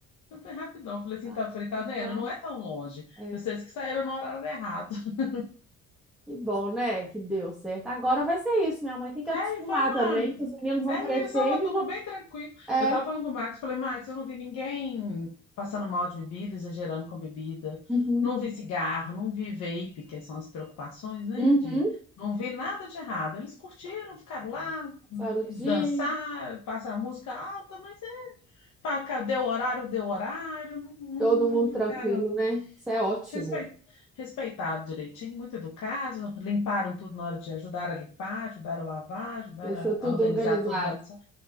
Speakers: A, on the left; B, in the centre.
A: então foi rapidão. Falei assim,
B: Ah,
A: tá, falei, tá
B: que
A: vendo?
B: bom.
A: Não é tão longe.
B: É.
A: Vocês que saíram no horário errado. <laughs>
B: Que bom, né? Que deu certo. Agora vai ser isso. Minha mãe tem que acostumar
A: É, e foi uma.
B: também, que os meninos vão
A: É,
B: crescendo
A: e eles são uma turma
B: e vão.
A: bem tranquila.
B: É.
A: Eu tava falando com o Max, falei, Max, eu não vi ninguém passando mal de bebida, exagerando com bebida.
B: Uhum.
A: Não vi cigarro, não vi vape, que são as preocupações, né?
B: Uhum.
A: De não vi nada de errado. Eles curtiram, ficaram lá,
B: Passar o dia.
A: dançar, passar música alta, mas Pá, cá, deu horário, deu horário, não, não,
B: Todo mundo
A: não ficaram
B: tranquilo, né? Isso é ótimo.
A: respeit, respeitaram direitinho, muito educados, limparam tudo na hora de ajudar a limpar, ajudaram a lavar, ajudaram
B: Deixou tudo
A: a organizar
B: organizado.
A: tudo na hora de sair.